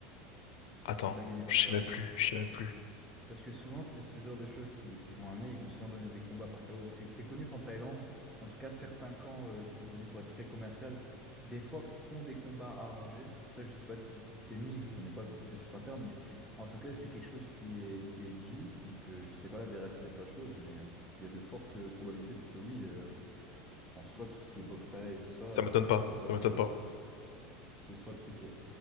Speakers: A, in the centre; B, on the left.
A: Est-ce
B: Attends,
A: qu'il l'a gagné
B: je
A: par KO?
B: sais même plus, je sais même plus.
A: Parce que souvent, c'est ce genre de choses qui, qui vont amener, ils vont souvent donner des combats par KO. C'est c'est connu qu'en Thaïlande, en tout cas, certains camps euh, qui sont connus pour être très commerciaux, des fois font des combats arrangés. Après, je sais pas si c'est systémique, je connais pas le processus interne, mais en tout cas, c'est quelque chose qui est, qui est dit. Donc, euh, je sais pas la véracité de la chose, mais euh, il y a de fortes euh, probabilités pour que oui, euh, en soi, tout ce qui est boxe thaï et tout ça, euh,
B: Ça m'étonne pas,
A: ce soit
B: ça
A: truqué.
B: m'étonne pas,
A: Ce soit truqué.